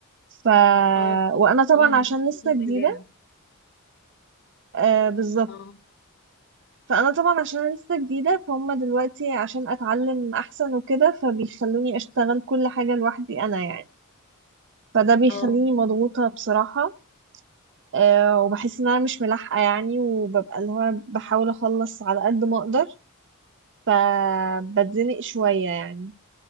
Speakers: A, on the right (about 55°); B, on the left (about 50°).
A: ف
B: اه
A: وانا طبعا
B: طبعا
A: عشان
B: دي شغل
A: لسه جديده
B: جامد
A: آه بالظبط
B: اه
A: فانا طبعا عشان لسه جديده فهم دلوقتي عشان اتعلم احسن وكده فبيخلوني اشتغل كل حاجه لوحدي انا يعني فده بيخليني
B: اه
A: مضغوطه بصراحه آه وبحس ان انا مش ملاحقه يعني وببقى اللي هو بحاول اخلص على قد ما اقدر فبتزنق شويه يعني